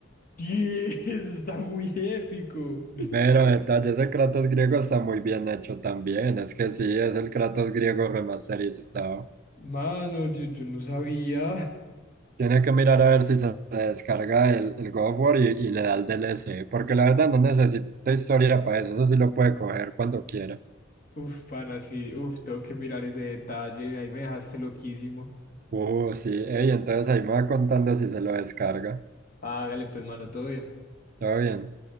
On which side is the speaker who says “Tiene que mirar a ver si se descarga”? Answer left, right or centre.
Right